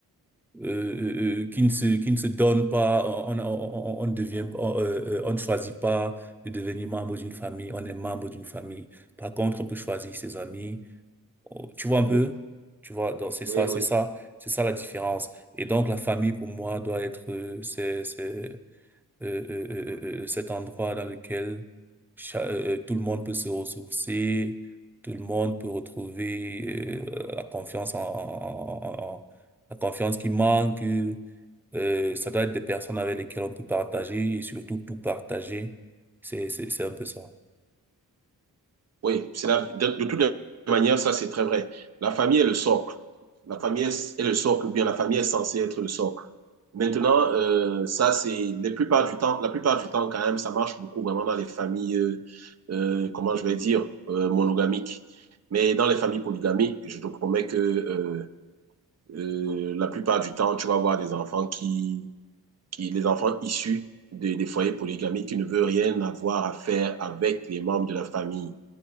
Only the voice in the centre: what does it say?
euh, euh, euh, qui ne se, qui ne se donne pas. On, on, on, on ne devient, on, euh, euh, on ne choisit pas de devenir membre d'une famille. On est membre d'une famille. Par contre, on peut choisir ses amis. Oh, Tu vois un
peu? Tu vois, donc c'est ça,
c'est ça, c'est ça la différence. Et donc, la famille, pour moi, doit être, euh, c'est, c'est, euh, euh, euh, euh, cet endroit dans lequel cha- euh, euh, tout le monde peut se ressourcer, tout le monde peut retrouver euh, la confiance en, en- en- en- en- la confiance qui manque. Euh, ça doit être des personnes avec lesquelles on peut partager et surtout tout partager. C'est c'est c'est un peu ça.